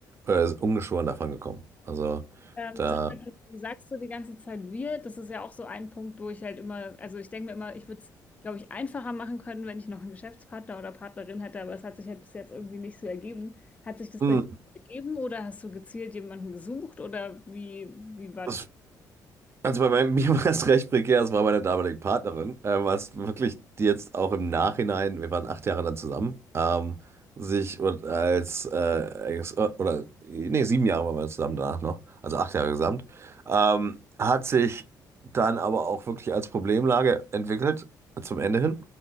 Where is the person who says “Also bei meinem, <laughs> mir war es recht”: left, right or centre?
Right